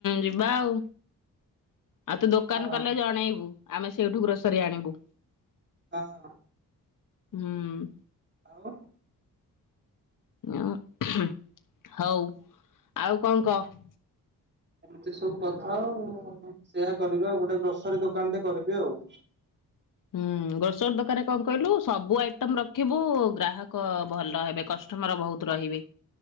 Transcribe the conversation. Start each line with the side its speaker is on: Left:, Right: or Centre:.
Left: ଯିବା ଆଉ। ଆଉ ତୁ ଦୋକାନ
Right: ହଁ
Left: କଲେ ଜଣେଇବୁ। ଆମେ ସେଉଠୁ ଗ୍ରୋସରୀ ଆଣିବୁ।
Right: ହଁ।
Left: ହୁଁ।
Right: ଆଉ
Left: ଅଁ ଅହ, ହଉ ଆଉ କଣ କହ?
Right: ଏମିତି ସବୁ କଥା ଆଉ। ସେୟା କରିବି ଆଉ ଗୋଟେ ଗ୍ରୋସରୀ ଦୋକାନ ଟେ କରିବି ଆଉ।
Left: ହୁଁ ଗ୍ରୋସରୀ ଦୋକାନରେ କଣ କହିଲୁ ସବୁ ଆଇଟମ୍ ରଖିବୁ ଗ୍ରାହକ କ ଭଲ ହେବେ କଷ୍ଟମର ବହୁତ ରହିବେ।